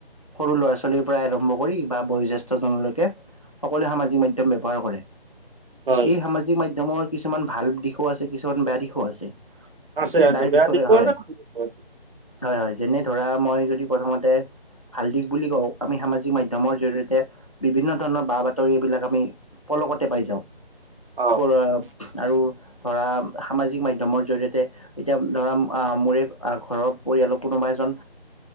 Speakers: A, on the left; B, on the right.
A: সৰু ল'ৰা ছোৱালীৰ পৰাই আৰম্ভ কৰি বা বয়োজ্যেষ্ঠ জনলৈকে সকলোৱে সামাজিক মাধ্যম ব্যৱহাৰ কৰে।
B: হয়,
A: এই সামাজিক মাধ ধ্যমৰ কিছুমান ভাল দিশো আছে, কিছুমান বেয়া দিশো আছে।
B: আছে
A: এতিয়া
B: আছে
A: তাৰ
B: বেয়া
A: বিষয়ে
B: দিশো
A: হয়
B: আছে ভাল দিশো আছে।
A: হয় হয়, যেনে ধৰা মই যদি প্ৰথমতে ভাল দিশ বুলি কওঁ আমি সামাজিক মাধ্যমৰ জৰিয়তে বিভিন্ন ধৰণৰ বা বাতৰি এইবিলাক আমি পলকতে পাই যাওঁ।
B: অ',
A: কৰ আৰু ধৰা সামাজিক মাধ্যমৰ জৰি়য়তে এতিয়া ধৰা আহ মোৰে ঘৰৰ পৰিয়ালক কোনোবা এজন